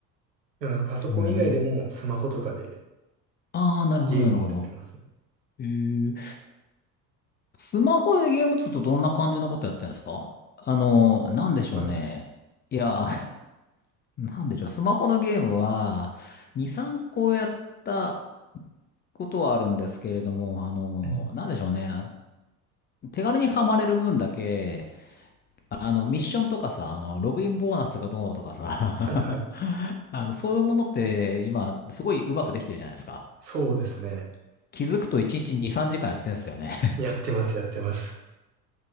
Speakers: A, on the right; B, on the left.
A: でもなんかパソコン以外でもスマホとかで
B: うん。ああ、なるほど、
A: ゲームもやってます。
B: なるほど。えー、スマホでゲームっつうとどんな感じのことやってるんですかあの、なんでしょうね。
A: はい。
B: いや、<laughs> なんでしょう。スマホのゲームは、2、3個やったことはあるんですけれども、あの、
A: うん
B: なんでしょうね。手軽にはまれる分だけ、あの、ミッションとかさ、あの、ログインボーナスがどうとかさ、
A: はいはい。
B: <laughs> あの、そういうものって今、すごいうまくできてるじゃないですか。
A: そうですね。
B: 気づくと1日2、3時間やってんすよね。
A: やってます、やってます。